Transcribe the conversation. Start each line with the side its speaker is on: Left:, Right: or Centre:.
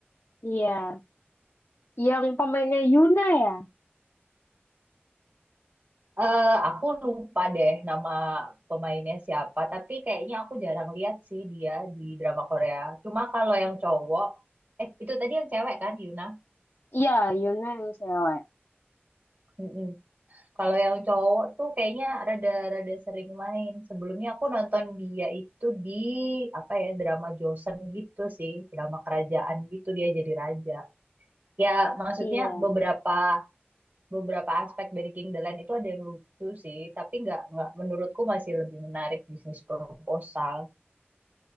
Left: Iya. Yang pemainnya Yuna ya?
Right: Eh aku lupa deh nama pemainnya siapa, tapi kayaknya aku jarang lihat sih dia di drama Korea. Cuma kalau yang cowok, eh itu tadi yang cewek kan Yuna?
Left: Iya, Yuna yang cewek.
Right: Mm-mm. Kalau yang cowok tuh kayaknya rada-rada sering main. Sebelumnya aku nonton dia itu di apa ya drama Joseon gitu sih, drama kerajaan gitu dia jadi raja. Ya maksudnya
Left: Iya.
Right: beberapa beberapa aspek dari King the Land itu ada yang lucu sih, tapi nggak nggak menurutku masih lebih menarik bisnis proposal.